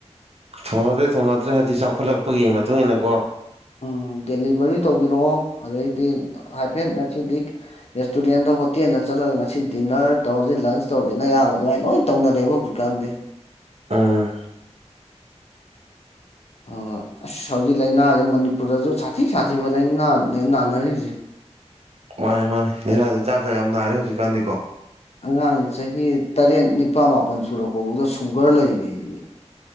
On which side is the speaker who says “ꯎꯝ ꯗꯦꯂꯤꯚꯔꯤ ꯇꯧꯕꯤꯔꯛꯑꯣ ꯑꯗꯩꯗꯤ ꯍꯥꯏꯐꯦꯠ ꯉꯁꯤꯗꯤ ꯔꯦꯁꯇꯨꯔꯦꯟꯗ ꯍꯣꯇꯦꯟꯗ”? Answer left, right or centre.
Left